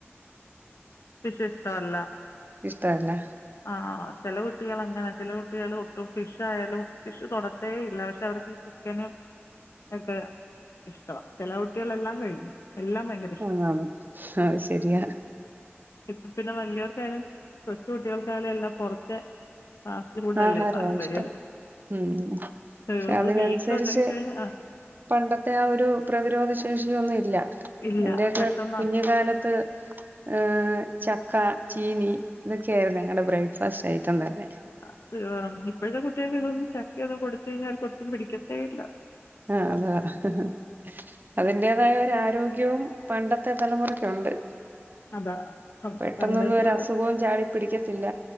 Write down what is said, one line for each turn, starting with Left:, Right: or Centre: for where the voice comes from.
Left: ഫിഷ് ഇഷ്ടവല്ല.
Right: ഇഷ്ടവല്ല.
Left: ആഹ് ചെല കുട്ടികള് അങ്ങന ചെല കുട്ടികള് ഒട്ടും ഫിഷായാലും ഫിഷ് തൊടത്തേ ഇല്ല പക്ഷെ അവർക്ക് ഈ ചിക്കനും ഒക്കെ ഇഷ്ടവ, ചെല കുട്ടികളെല്ലാം കഴി ക്കും എല്ലാം ഭയങ്ക
Right: ആഹ് അഹ് ശരിയാ.
Left: ഇപ്പം പിന്നെ വലിയവർക്കായാലും കൊച്ച് കുട്ടികൾക്കായാലും എല്ലാം പൊറത്തെ ഫാസ്റ്റ് ഫുഡല്ലേ
Right: ആഹാരമാ
Left: താല്പര്യം?
Right: ഇഷ്ടം ഉം പക്ഷെ
Left: ആഹ് നമ്മള്
Right: അതിനനുസരിച്ച്
Left: വീട്ടിലുണ്ടാക്കി കഴിഞ്ഞ ആഹ്
Right: പണ്ടത്തെ ആ ഒരു പ്രതിരോധ ശേഷിയൊന്നും ഇല്ല.
Left: ഇല്ല
Right: എന്റെയൊക്കെ
Left: പെട്ടെന്ന്
Right: കുഞ്ഞുകാലത്ത്
Left: അസ്
Right: ഏഹ് ചക്ക, ചീനി ഇതൊക്കെയായിരുന്നു ഞങ്ങടെ ബ്രേക്ക്ഫാസ്റ്റ് ഐറ്റം തന്നെ.
Left: അത് ഇപ്പഴത്തെ കുട്ടികക്ക് ഇതൊന്നും ചക്കയൊന്നും കൊടുത്ത് കഴിഞ്ഞാ ഒട്ടും പിടിക്കത്തേ ഇല്ല.
Right: ആഹ് അതാ ഹ ഹ ഹ അതിന്റേതായ ഒരു ആരോഗ്യവും പണ്ടത്തെ തലമുറക്കൊണ്ട്.
Left: അതാ
Right: പെട്ടെന്നൊന്നും
Left: പണ്ടത്തുള്ള
Right: ഒരു അസുഖവും ചാടി പിടിക്കത്തില്ല.